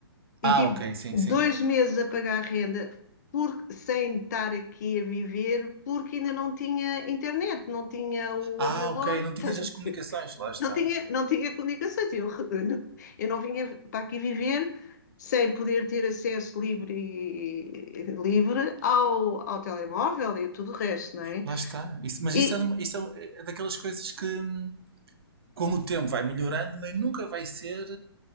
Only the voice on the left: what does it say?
E
tive
dois
meses a pagar a renda. Porque, sem estar aqui a viver, porque ainda não tinha internet, não tinha o
operador,
<laughs> estás
a
ver?
Não tinha, não tinha comunicações. Eu, <laughs> eu não, eu não vinha para aqui viver sem poder ter acesso livre, livre ao, ao telemóvel e tudo o resto, não é?
E,